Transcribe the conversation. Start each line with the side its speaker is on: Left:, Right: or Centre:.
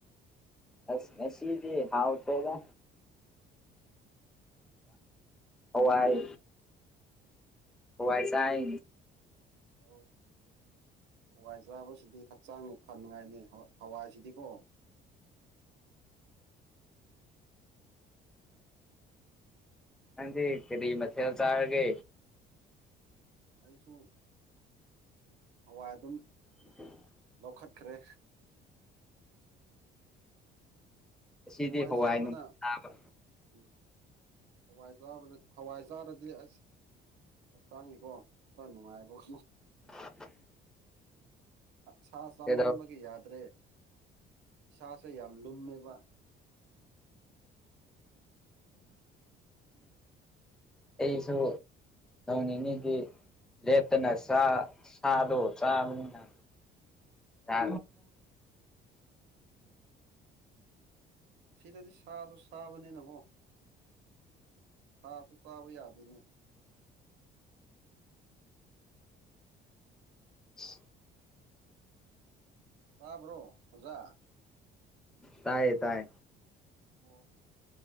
Centre: ꯑꯁ ꯉꯁꯤꯗꯤ ꯍꯥꯥꯎ ꯎꯄꯦꯒ ꯍꯋꯥꯏ ꯍꯋꯥꯏ
Right: ꯑꯣ,
Centre: ꯆꯥꯏ
Right: ꯑꯣ, ꯍꯋꯥꯏ ꯆꯥꯕꯁꯤꯗꯤ ꯍꯛꯆꯥꯡꯅꯤ ꯐꯅꯤꯡꯉꯥꯏꯅꯤ ꯍꯋꯥꯏꯁꯤꯗꯤꯀꯣ
Centre: ꯀꯗꯤ ꯀꯔꯤ ꯃꯊꯦꯜ ꯆꯥꯔꯒ
Right: ꯑꯩꯁꯨ ꯍꯋꯥꯏ ꯑꯗꯨꯝ
Centre: <unintelligible>
Right: ꯂꯧꯈꯠꯈ꯭ꯔꯦ
Centre: ꯉꯁꯤꯗꯤ
Right: ꯍꯋꯥꯏ ꯆꯥꯕꯅ
Centre: ꯅꯨꯡ ꯆꯥꯕ
Right: ꯎꯝ ꯍꯋꯥꯏ ꯆꯥ ꯍꯋꯥꯏ ꯆꯥꯔꯗꯤ ꯑꯁ ꯍꯛꯆꯥꯡꯅꯤꯀꯣ ꯈꯔ ꯅꯨꯡꯉꯥꯏꯕꯨꯝ
Centre: <unintelligible>
Right: ꯁꯥ ꯆꯥꯃꯟꯕꯒꯤ
Centre: ꯀꯩꯗꯧ
Right: ꯌꯥꯗ꯭ꯔꯦ ꯏꯁꯥꯁꯦ ꯌꯥꯝ ꯂꯨꯝꯃꯦꯕ
Centre: ꯑꯩꯁꯨ ꯅꯤꯅꯤꯗꯤ ꯂꯦꯇꯅ ꯁꯥ ꯁꯥꯗꯣ ꯆꯥꯅꯤꯅ ꯌꯥ
Right: ꯁꯤꯗꯗꯤ ꯁꯥꯁꯨ ꯁꯥꯕꯅꯤꯅꯕꯣ ꯁꯥꯁꯨ ꯆꯥꯕ ꯌꯥꯗꯦ ꯑꯗꯨ
Centre: <unintelligible>
Right: ꯇꯥꯕ꯭ꯔꯣ ꯑꯣꯖꯥ
Centre: ꯇꯌꯦ ꯇꯥꯏ
Right: ꯑꯣ